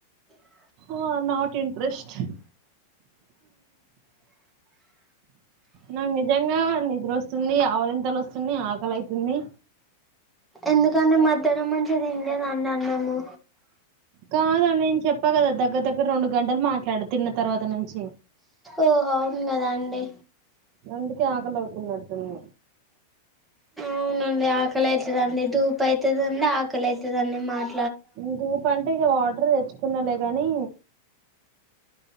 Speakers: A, in the centre; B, on the right.
A: అ
B: ఓ నాట్ ఇంట్రెస్ట్ నాకు నిజంగా నిద్ర వస్తుంది ఆవలింతలు వస్తున్నాయి ఆకలి అవుతుంది
A: ఎందుకంటే మధ్యాహ్నం మంచి తినలేదండి అన్నము
B: కాదు నేను చెప్పా కదా దగ్గర దగ్గర రెండు గంటలు మాట్లాడ తిన్న తర్వాత నుంచి
A: ఓహో అవున్ కదా అండి
B: అందుకే ఆకలివుతున్నట్టుంది
A: అవునండి ఆకలి అవుతుదండి ధూపు అవుతుదండి ఆకలి అయితుందండి మాట
B: ఇంకూపంటే ఇగ వాటర్ తెచ్చుకున్నా లే కానీ